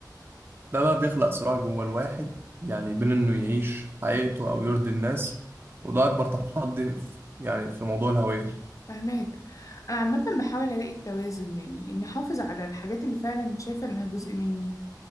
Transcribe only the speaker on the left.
فهماك أنا عامة بحاول ألاقي التوازن يعني إني أحافظ على الحاجات اللي فعلا شايفة إنها جزء مني